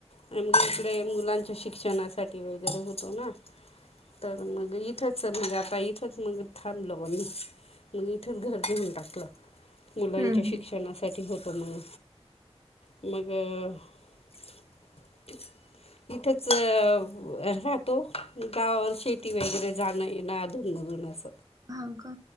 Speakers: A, on the left; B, on the right.
A: आणि मग इकडे मुलांच्या शिक्षणासाठी वगैरे होतो ना? तर मग इथंच म्हणजे आता इथं तस इथ थांबलो आम्ही मग इथच घर घेऊन टाकलं. के -लांच्या
B: हम्म हम्म
A: शिक्षणा सा साठी होतो मग. मग -- इथंच राहतो गावावर शेती वगैरे जाणं येणं अधूनमधून अस
B: हाव का?